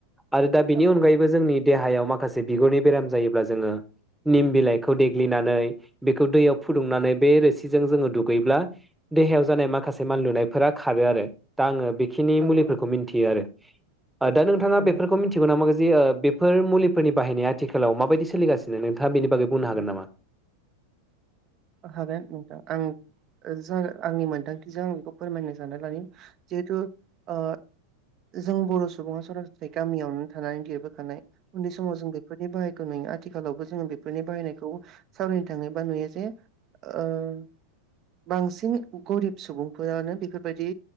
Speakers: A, in the centre; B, on the right (about 35°).
A: आरो दा बेनि
B: औ
A: अनगायैबो
B: औ
A: जोंनि देहायाव माखासे बिगुरनि बेराम जायोब्ला जोङो निम बिलाइखौ देग्लिनानै बेखौ दैयाव फुदुंनानै बे रोसिजों जोङो दु गैब्ला देहायाव जानाय माखासे मानलुनायफोरा खारो आरो। दा आङो बेखिनि
B: औ
A: मुलिफोरखौ
B: औ
A: मिन्थियो आरो। ओ दा नोंथाङा
B: औ
A: बेफोरखौ मिथिगौ नामा जे ओ बेफोर मुलिफोरनि बाहायनाया आथिखालाव माबायदि सोलिगासिनो नोंथ थांआ बेनि बागै बुंनो
B: उम
A: हागोन नामा?
B: हागोन नोंथां आं जो आंनि मोन्दांथिजों आं बेखौ फोरमायनो साननानै लानि जिहेथु ओ जों बर' सुबुङा सरासनस्रायै गामियावनो थानानै देरबो खानाय उन्दै समाव जों बिख फोरनि बाहायखौ नुयो आथिखालावबो जोङो बेफोरनि बाहायनायखौ सावरायनो थाङोबा नुयो जे ओ बांसिन गरिब सुबुंफोरानो बेफोरबायदि